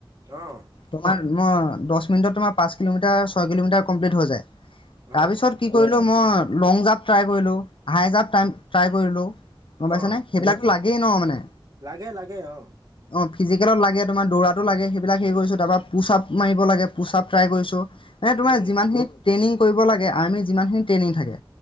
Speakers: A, on the right; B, on the left.
A: অ',
B: তোমাৰ মই দশ মিনিটত তোমাৰ পাঁচ কিলোমিটাৰ, ছয় কিলোমিটাৰ কমপ্লিট হৈ যায়।
A: অ',
B: তাৰপিছত কি কৰিলোঁ মই লং জাম্প ট্ৰাই কৰিলো, হাই জাম্প ট্ৰাই কৰিলো, গম
A: অ',
B: পাইছা নে সেইবিলাক লা একেই ন মানে।
A: লাগে লাগে অ'
B: অ ফিজিকেলত লাগে, তোমাৰটো লাগে, সেইবিলাক হেৰিছোঁ তাৰপৰা পোচ আ'প মাৰিব লাগে পোচআপ ট্ৰাই কৰিছোঁ। মানে তোমাৰ
A: উম,
B: যিমানখিনি ট্ৰেইনিং কৰিব লাগে আৰ্মিত যিমানখিনি ট্ৰেইনিং থাকে